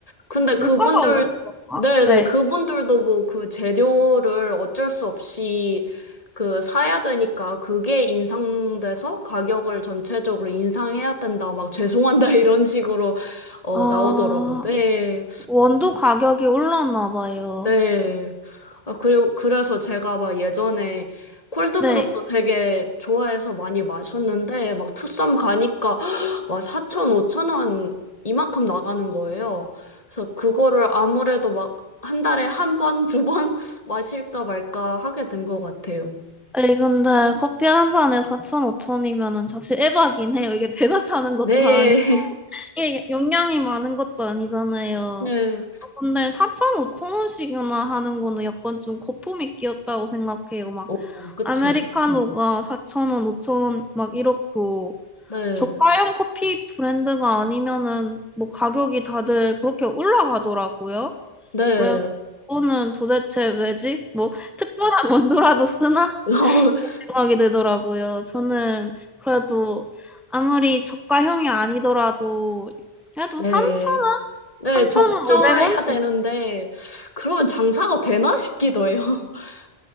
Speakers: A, on the left; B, in the centre.
A: 근데 그분들,
B: 물가가 올랐을 건가?
A: 네네,
B: 네.
A: 그분들도 뭐 그 재료를 어쩔 수 없이 그 사야 되니까 그게 인상돼서 가격을 전체적으로 인상해야 된다. 막 죄송한다, <laughs> 이런 식으로, 어,
B: 아,
A: 나오더라고요. 네,
B: 원두 가격이 올랐나 봐요.
A: 네. 아, 그리고 그래서 제가 막 예전에 콜드브루도
B: 네.
A: 되게 좋아해서 많이 마셨는데 막 투썸 가니까 <gasps> 막 사천 5천 원 이만큼 나가는 거예요. 그래서 그거를 아무래도 막 한 달에 한 번, 두 번 <laughs> 마실까 말까 하게 된 것 같아요.
B: 아니, 근데 커피 한 잔에 4천, 5천이면은 사실 에바긴 해요. 이게 배가 차는 것도
A: 네.
B: 아니고,
A: <laughs>
B: 이게 용량이 많은 것도 아니잖아요.
A: 네.
B: 저 근데 4천, 5천 원씩이나 하는 거는 약간 좀 거품이 끼었다고 생각해요. 막
A: 어, 그쵸.
B: 아메리카노가 4,000원, 5,000원 막 이렇고
A: 네.
B: 저가형 커피 브랜드가 아니면은 뭐 가격이 다들 그렇게 올라가더라고요.
A: 네.
B: 그래서 그거는 도대체 왜지? 뭐 특별한 원두라도 쓰나?
A: <laughs>
B: 생각이 들더라고요. 저는 그래도 아무리 저가형이 아니더라도 그래도
A: 네.
B: 3,000원?
A: 네,
B: 3,500원?
A: 적절해야 되는데 그러면 장사가 되나 싶기도 해요. <laughs>